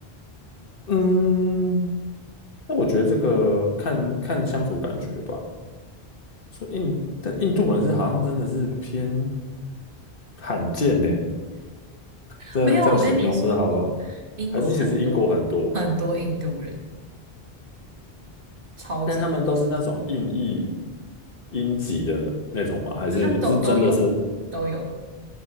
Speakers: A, on the left; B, on the right.
A: 嗯，那我觉得这个看看相处感觉吧。说印，但印度人是好像真的是偏罕见呢，这样这样形容不知道好不好？
B: 没有，我跟你说，英国很多很多印度人，
A: 还是其实英国很多，
B: 超级多，
A: 但他们都是那种硬译音级的那种吗？还是是真的是？
B: 好像都都有都有，